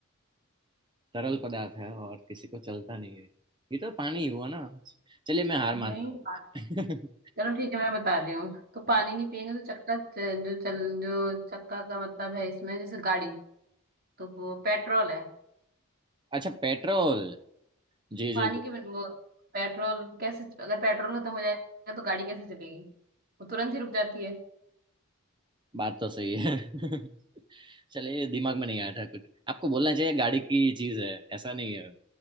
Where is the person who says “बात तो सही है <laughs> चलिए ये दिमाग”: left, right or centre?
Right